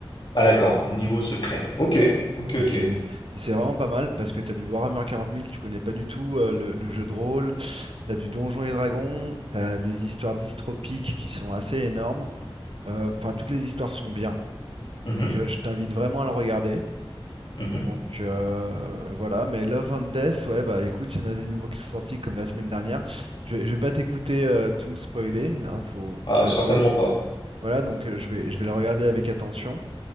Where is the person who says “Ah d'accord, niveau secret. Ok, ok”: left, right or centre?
Left